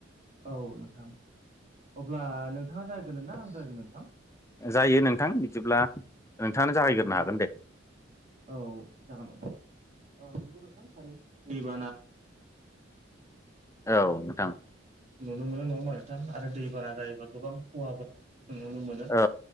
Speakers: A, on the right; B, on the left.
A: औ नोंथां अब्ला नोंथाङा जागायगोरनो ना आं जागायगोरनो नोंथां?
B: जायो नोंथां बिदिब्ला नोंथाङानो जागायगोरनो
A: औ
B: हागोन दे
A: औ जागोन नोंथां औ नंगौ नोंथां थारैनो दैबाना
B: औ नोंथां
A: नुनो मोनो नङा होमबा नोंथां आरो दैबाना जायोबा गोबां ख'हाबो जानायखौ जों नुनो मोनो दा
B: औ